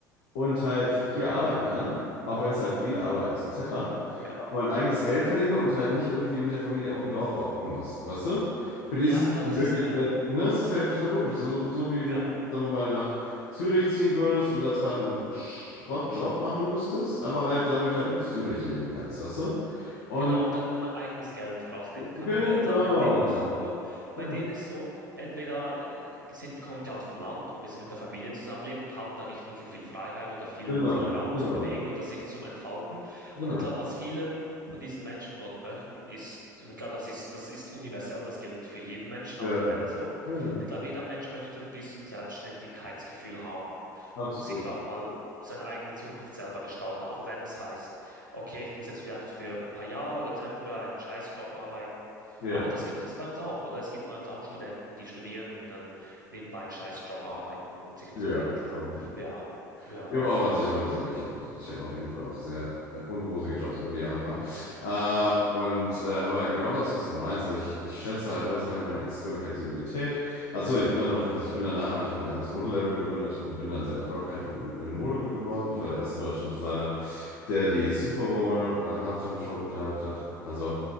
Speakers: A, on the left; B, on the right.
A: und halt hier arbeiten kann, auch wenn es halt viel Arbeit ist, etc.
B: ja.
A: Aber mein eigenes Geld verdiene und halt nicht irgendwie mit der Familie auf dem Dorf hocken muss, weißt du? Für die
B: Ja,
A: ist es
B: klar,
A: ja
B: das
A: wirklich,
B: ist, ja, ja.
A: ne, es ist ja total logisch. So, so wie
B: Ja.
A: wenn du, sagen wir mal, nach Zürich ziehen würdest und da zwar einen Schrottjob machen müsstest, aber halt dadurch halt in Zürich leben kannst, weißt du? Und
B: Genau, und dann mein eigenes Geld herausnehmen kann.
A: genau,
B: Weil ich glaube, bei denen ist
A: genau,
B: so, ja, bei
A: genau,
B: denen ist so, entweder äh, sind, kommen die halt vom Land und müssen mit der Familie zusammenleben und haben da nicht wirklich viel Freiheit oder viel,
A: genau,
B: viel Raum
A: genau,
B: zum Bewegen oder sich zum Entfalten.
A: genau,
B: Und ich glaube, was viele von diesen Menschen dort möchten, ist, und ich glaube, das ist, das ist universell, das gilt für jeden Menschen
A: ja,
B: auf der Welt so.
A: ja, ja,
B: Ich glaube, jeder Mensch möchte ein bisschen Selbstständigkeitsgefühl haben
A: absolut,
B: und sich auch mal seine eigene Zukunft selber gestalten, auch wenn es heißt, okay, ich muss jetzt vielleicht für ein paar Jahre oder temporär einen Scheißjob arbeiten.
A: ja,
B: Aber das gibt es bei uns auch, oder? Es gibt bei uns auch Studenten, die studieren und dann nebenbei einen Scheißjob arbeiten und sich
A: ja,
B: so denken,
A: absolut.
B: so, ja, ja,
A: Ich habe auch, also ich würde sagen, ich habe ich hab auf jeden Fall auch sehr äh, unrosige Jobs über die Jahre gemacht. Äh,
B: ja.
A: und äh, aber genau das, was du meinst, also ich, ich schätze halt heutzutage meine extreme Flexibilität. Achso, ich bin dann noch, also ich bin danach, habe ich mein eigenes Modelabel gegründet und bin dann sehr erfolgreich mit, in Mode geworden. Ich war der erste deutsche Designer, der die Super Bowl äh, Halftime Show bekleidet hat. Also